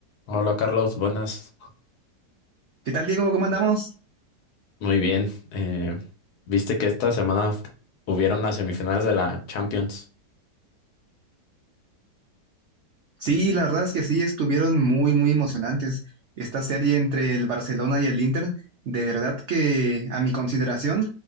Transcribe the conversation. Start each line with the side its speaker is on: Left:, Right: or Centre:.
Left: Hola Carlos, buenas.
Right: ¿Qué tal, Diego? ¿Cómo andamos?
Left: Muy bien. eh, ¿viste que esta semana f- hubieron las semifinales de la Champions?
Right: Sí, la verdad es que sí, estuvieron muy, muy emocionantes. Esta serie entre el Barcelona y el Inter, de verdad que a mi consideración